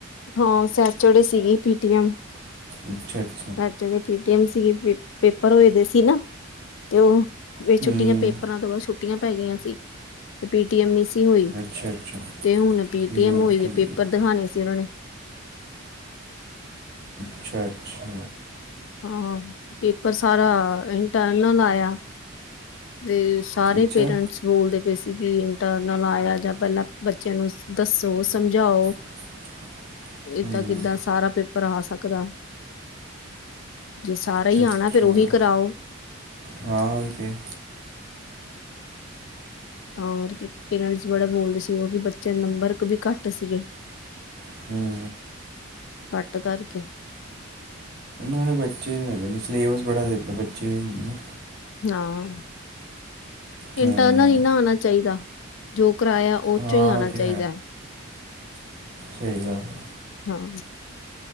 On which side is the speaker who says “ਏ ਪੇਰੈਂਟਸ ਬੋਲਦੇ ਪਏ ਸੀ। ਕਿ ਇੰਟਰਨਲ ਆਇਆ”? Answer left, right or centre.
Left